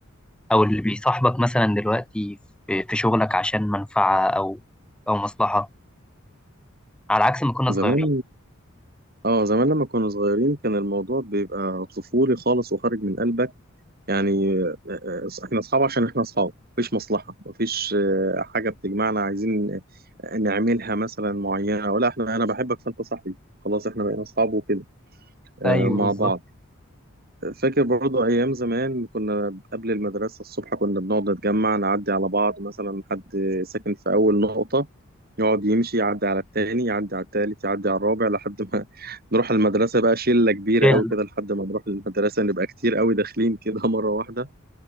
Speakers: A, in the centre; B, on the right.
A: أو اللي بيصاحبك مثلا دلوقتي في في شغلك عشان منفعة أو أو مصلحة على عكس ما كنا
B: زمان
A: صغيرين
B: اه زمان لما كنا صغيرين كان الموضوع بيبقى طفولي خالص وخارج من قلبك يعني آه، آه، احنا اصحاب عشان احنا اصحاب مفيش مصلحة مفيش آه، حاجة بتجمعنا عايزين آه، نعملها مثلا معينة ولا احنا انا بحبك فانت صاحبي خلاص احنا بقينا اصحاب وكده آه،
A: أيوه
B: مع
A: بالظبط
B: بعض فاكر برضو أيام زمان كنا قبل المدرسة الصبح كنا بنقعد نتجمع نعدي على بعض مثلا حد ساكن في أول نقطة يقعد يمشي يعدي على التاني يعدي على التالت يعدي على الرابع لحد ما <laughs> نروح المدرسة بقى شلة كبيرة
A: شل
B: أوي كده لحد ما نروح المدرسة نبقى كتير أوي داخلين كده <laughs> مرة واحدة